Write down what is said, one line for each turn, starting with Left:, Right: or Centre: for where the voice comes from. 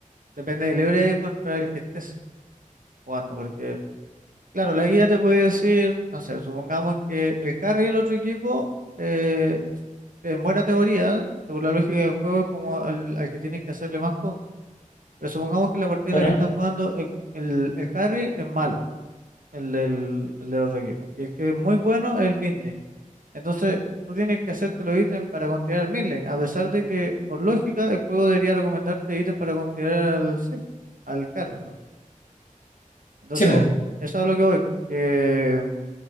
Right: depende del héroe contra el que estés jugando, porque, claro, la guía te puede decir, no sé, supongamos que el carry del otro equipo, eh, en buena teoría, según la lógica del juego, es como al, al que tienes que hacerle más contra. Pero supongamos que la partida
Left: Pero,
Right: en la que estás jugando, el, el, el carry es malo. el del, el del otro equipo. Y el que es muy bueno es el mid lane. Entonces, tú tienes que hacerte los ítems para continuar el mid lane, a pesar de que, por lógica, el juego debería recomendarte ítems para continuar al safe, al carry, perdón. Entonces,
Left: sí, po.
Right: eso es a lo que voy. Que mm,